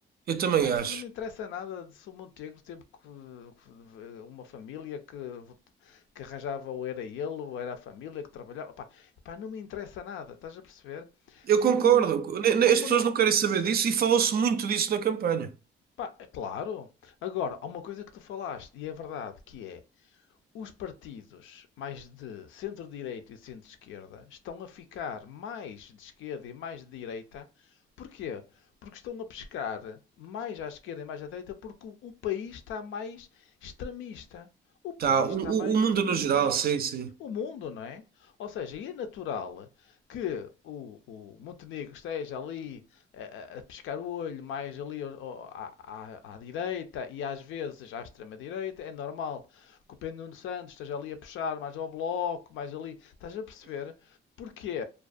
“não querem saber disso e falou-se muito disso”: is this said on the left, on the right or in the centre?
Right